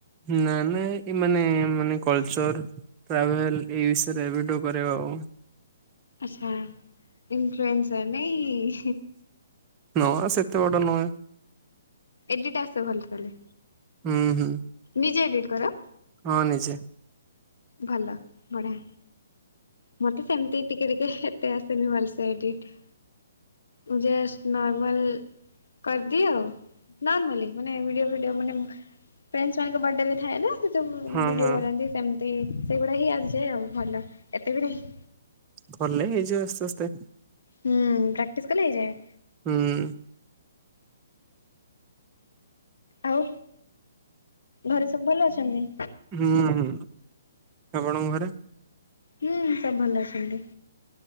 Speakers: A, on the right; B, on the left.
A: ନା ନା ଏ ମାନେ ଏ ମାନେ କଲଚର୍। ଟ୍ରାଭେଲ୍ ଏଇ ବିଷୟରେ ଭିଡ଼ିଓ କରିବା ଆଉ।
B: ଆଚ୍ଛା ଇପ୍ଲୁଏନ୍ସର ନା ନାଇଁ।
A: ନୁହଁ ସେତେ ବଡ ନୁହେଁ।
B: ଏଡିଟାସ୍କ ତ ଭଲ ତାହେଲେ।
A: ହୁଁ ହୁଁ।
B: ନିଜେ ଏଡିଟ୍ କର?
A: ହଁ ନିଜେ।
B: ଭଲ ବଢ଼ିଆ। ମତେ ସେମିତି ଟିକେ ଟିକେ ଏତେ ଆସେନି ଭଲସେ ଏଡ଼ିଟ। ମୁଯେଷ୍ଟ ନୋରମାଲ୍। କରିଦିଏ ଆଉ ନର୍ମାଲି ମାନେ ଭିଡିଓ ଫିଡିଓ ମାନେ। ଫ୍ରେଣ୍ଡସ ମାନଙ୍କ ବଡେରେ ଥାଏ ନା। ଯ
A: ହଁ
B: ଭିଡିଓ
A: ହଁ
B: ବନାନ୍ତି ସେମିତି ସେଇଭଳିଆ ହି ଆସିଯାଏ ଆଉ ଭଲ ଏତେ ବି ନାହିଁ।
A: କଲେ ହେଇ ଯିବ ଆସ୍ତେ ଆସ୍ତେ।
B: ହୁଁ ପ୍ରାକ୍ଟିସ୍ କଲେ ହେଇଯାଏ।
A: ହୁଁ।
B: ଆଉ ଘରେ ସବୁ ଭଲ ଅଛନ୍ତି?
A: ହୁଁ ହୁଁ ଆପଣଙ୍କ ଘରେ?
B: ହୁଁ ସବୁ ଭଲ ଅଛନ୍ତି।